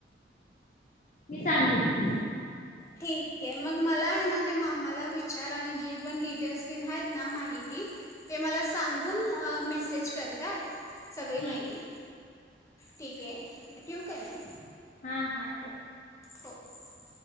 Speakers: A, on the left (about 40°); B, on the left (about 15°).
A: मी सांगेन
B: ठीक आहे, मग मला आहे ना ते मामाला विचार आणि जे पण डिटेल्स् तेन आहेत ना माहिती ते मला सांगून मेसेज कर काय? सगळी
A: ठीक
B: माहिती
A: आहे
B: ठीक? ये ठेऊ काय मी
A: हा हा ठेव.
B: हो -